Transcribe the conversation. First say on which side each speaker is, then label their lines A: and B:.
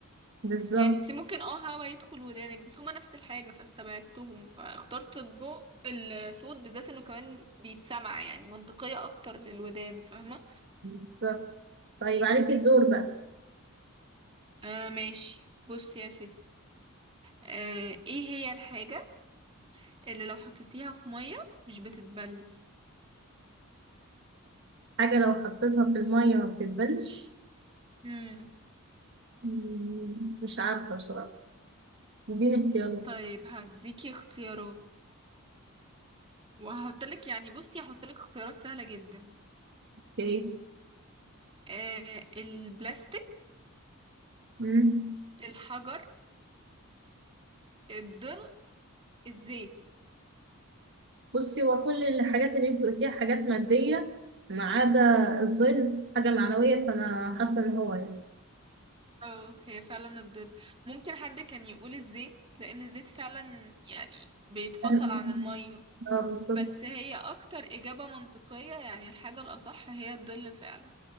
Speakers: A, on the right (about 55°); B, on the right (about 25°).
A: بالظبط
B: يعني انت ممكن اه هوا يدخل ودانك بس هما نفس الحاجة فاستبعدتهم فاخترت الضوء الصوت بالذات انه كمان بيتسمع يعني منطقية اكتر للودان فاهمة
A: بالظبط طيب عليك الدور بقى
B: آه ماشي بص يا ست آه ايه هي الحاجة اللي لو حطيتيها في مية مش بتتبل
A: حاجة لو حطيتها في المية ما بتتبلش
B: مم.
A: مم، مش عارفة بصراحة اديني اختيارات
B: طيب هديكي اختيارات وهحطلك يعني بصي هحطلك اختيارات سهلة جدا
A: ايه
B: آه البلاستيك
A: مم.
B: الحجر الظل الزيت
A: بصي هو كل الحاجات اللي انت قلتيها حاجات مادية ما عدا الظل حاجة معنوية فأنا حاسة إن هو يعني
B: اه هي فعلا الظل ممكن حد كان يقول الزيت لان الزيت فعلا يعني بيتفصل
A: <laughs>
B: عن المية
A: اه بالظبط
B: بس هي اكتر اجابة منطقية يعني الحاجة الاصح هي الظل فعلا